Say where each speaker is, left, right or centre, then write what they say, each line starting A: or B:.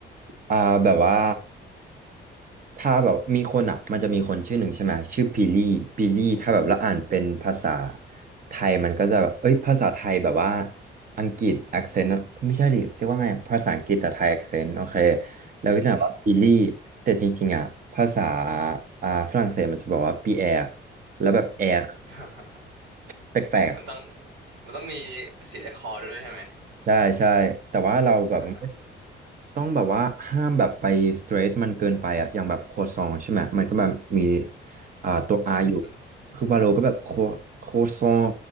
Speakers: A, on the right; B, on the right.
A: อ่าแบบว่า ถ้าแบบมีคนอ่ะมันจะมีคนชื่อหนึ่งใช่ไหมชื่อพิลี่พิลี่ถ้าแบบแล้วอ่านเป็นภาษาไทยมันก็จะแบบเอ้ยภาษาไทยแบบว่าอังกฤษ accent ไม่ใช่ดิเรียกว่าไงภาษาอังกฤษแต่ไทย accent โอเค
B: <laughs>
A: แล้วก็จะแบบพิลี่
B: อือหือ
A: แต่จริงๆอ่ะภาษาอ่าฝรั่งเศสมันจะบอกว่าปีแอร์แล้วแบบแอร์
B: <laughs>
A: แปลกๆอะ
B: มันต้องมันต้องมีเสียจากคอด้วยใช่ไหม
A: ใช่ใช่แต่ว่าเราแบบไม่
B: อ่า
A: ต้องแบบว่าห้ามแบบไปสเตรทมันเกินไปอะอย่างแบบโคซองใช่ไหมมันก็แบบมีอ่าตัว
B: <laughs>
A: R อยู่คือวาโลก็แบบโคโคซอง